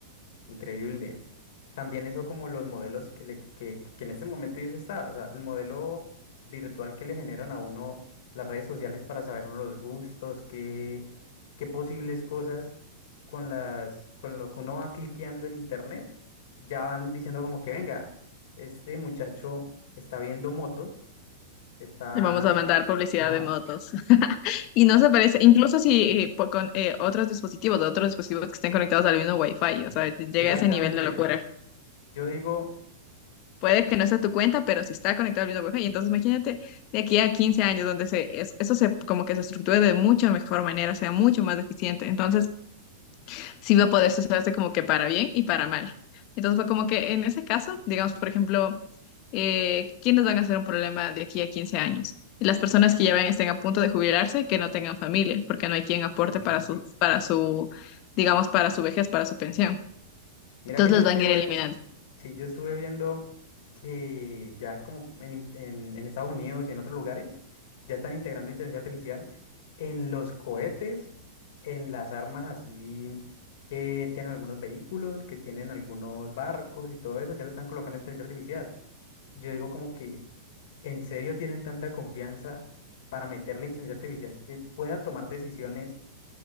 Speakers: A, on the left; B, on the left.
A: Increíble. También eso como los modelos que, le, que, que en este momento y eso está, o sea, el modelo virtual que le generan a uno las redes sociales para saber uno los gustos, qué, qué posibles cosas con las, con lo que uno va cliqueando en internet, ya van diciendo como que venga, este muchacho está viendo motos, está...
B: Le vamos a mandar publicidad
A: Ajá.
B: de motos. <laughs> Y no se parece, incluso si eh, po- con eh, otros dispositivos, otros dispositivos que estén conectados al mismo Wi-Fi,
A: ujú,
B: o sea, llega
A: Exactamente.
B: a ese nivel de locura.
A: Yo digo,
B: Puede que no sea tu cuenta, pero si está conectado al mismo Wi-Fi, entonces imagínate de aquí a 15 años donde se, es- eso se como que se estructure de mucha mejor manera, sea mucho más eficiente. Entonces, sí va a poder usarse como que para bien y para mal. Entonces fue como que en ese caso, digamos, por ejemplo, eh, ¿quiénes van a ser un problema de aquí a 15 años? Las personas que ya van- estén a punto de jubilarse, que no tengan familia, porque no hay quien aporte
A: ujú, ujú.
B: para su, para su, digamos, para su vejez, para su pensión.
A: Mira
B: Entonces
A: que yo
B: los
A: estuve...
B: van a ir eliminando.
A: Sí, yo estuve viendo que ya como en, in- en- en Estados Unidos y en otros lugares ya están integrando inteligencia artificial en los cohetes, en las armas así que tienen algunos vehículos, que tienen algunos barcos y todo eso, ya le están colocando inteligencia artificial. Y yo digo como que en serio tienen tanta confianza para meterle inteligencia artificial que pueda tomar decisiones